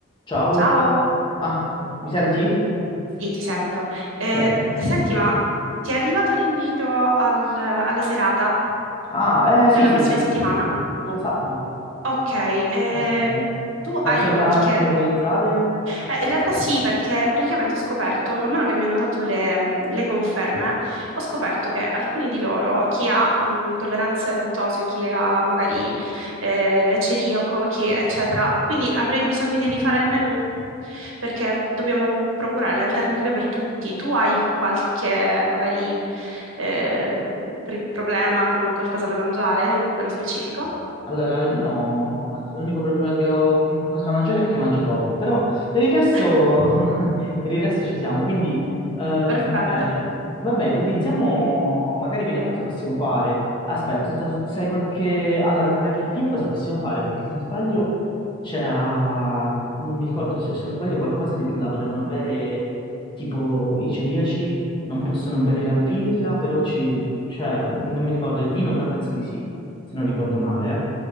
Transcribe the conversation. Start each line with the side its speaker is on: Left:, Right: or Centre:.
Left: Ciao.
Right: Ciao,
Left: Ah, mi senti?
Right: sì, ti sento. Eh,
Left: Ok, perfetto.
Right: senti, ma ti è arrivato l'invito al- alla serata
Left: Ah, eh
Right: della
Left: sì, su,
Right: prossima settimana?
Left: su- su WhatsApp.
Right: Ok, eh,
Left: Ok.
Right: tu
Left: Ma
Right: hai
Left: ti serve
Right: qualche
Left: una mano ad organizzare?
Right: Eh, in realtà sì, perché praticamente ho scoperto, man mano che mi hanno dato le, mh, le conferme, ho scoperto che alcuni di loro, chi ha mh, intolleranze al lattosio, chi ha magari eh, celiaco, chi, eccetera, quindi avrei bisogno di rifare il menù perché dobbiamo procurare le alternative per tutti. Tu hai qualche magari eh, pri- problema con qualcosa da mangiare, nello specifico?
Left: Allora, io no, l'unico problema che ho con qualcosa da mangiare è che mangio troppo, però per il resto,
Right: <laughs>
Left: <laughs> per il resto ci siamo, quindi eh,
Right: Perfetto.
Left: va bene. Vabbè, ipotizziamo, magari vediamo cosa possiamo fare. Aspetta, tu ta- sai qualche... Allora, come aperitivo cosa possiamo fare? Perché se non sbaglio C'era, non mi ricordo, se se non sbaglio qualcosa si- la potevano bere tipo i celiaci, non possono bere la birra, però ci, cioè, non mi ricordo il vino, però penso di sì, se non ricordo male. eh.